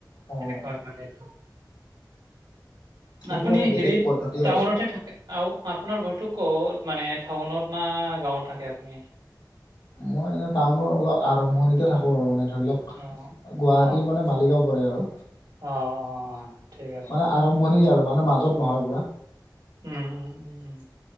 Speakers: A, on the left; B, on the right.
A: অ
B: হয় মানে এইটো।
A: সেইটো
B: আপুনি
A: মানে বেলেগ
B: হেৰিত,
A: পদ্ধতি
B: টাউনতে
A: আৰু
B: থাক আৰু আপোনাৰ ঘৰটো ক'ত, মানে টাউনত না গাঁৱত থাকে আপুনি?
A: মই এনেই টাউনৰ অলপ আৰম্ভণিতে থাকোঁ আৰু মানে ধৰিলওক
B: অ
A: গুৱাহাটীৰ
B: অ
A: মানে মালিগাঁও পৰে আৰু।
B: অ অ ঠিক আছে
A: মানে আ আৰম্ভণি আৰু মানে মাজত নহয় পোৰা।
B: উম। উম উম উম